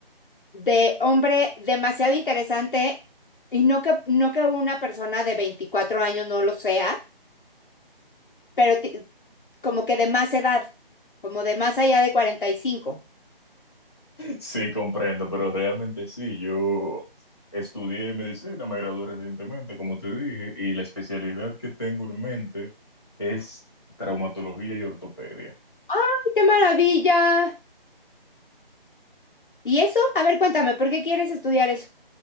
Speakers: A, on the left; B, on the left.
A: de hombre demasiado interesante y no que, no que una persona de 24 años no lo sea, pero ti- como que de más edad, como de más allá de 45.
B: Sí, comprendo, pero realmente sí. Yo estudié medicina, me gradué recientemente, como te dije, y la especialidad que tengo en mente es traumatología y ortopedia.
A: ¡Ay, ¡Qué maravilla! ¿Y eso? A ver, cuéntame, ¿por qué quieres estudiar eso?